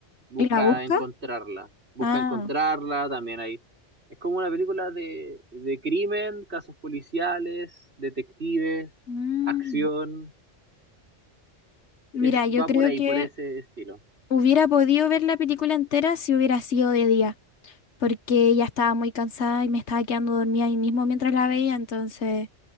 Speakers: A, on the right; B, on the left.
A: busca
B: ¿Y la busca?
A: encontrarla. Busca
B: Ah.
A: encontrarla, también hay. Es como una película de, de crimen, casos policiales, detectives,
B: Mm.
A: acción.
B: Mira,
A: Es,
B: yo
A: va
B: creo
A: por ahí,
B: que
A: por ese estilo.
B: hubiera podido ver la película entera si hubiera sido de día, porque ya estaba muy cansada y me estaba quedando dormida ahí mismo mientras la veía, entonces